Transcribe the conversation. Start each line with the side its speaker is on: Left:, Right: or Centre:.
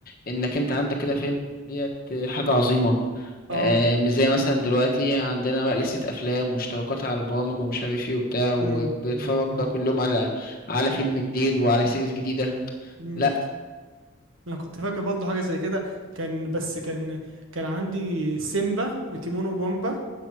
Left: انك انت عندك كده فيلم ديت حاجة عظيمة
Right: اه
Left: آه، مش زي مثلا دلوقتي عندنا بقى لستة افلام واشتراكات على البرامج ومش عارف ايه وبتاع وبتتفرج
Right: أمم، أمم،
Left: بقى
Right: أمم،
Left: كل يوم على على فيلم جديد وعلى سيريز جديدة
Right: أمم.
Left: لا
Right: انا كنت فاكر برضه حاجه زي كده كان بس كان كان عندي سيمبا وتيمون وبومبا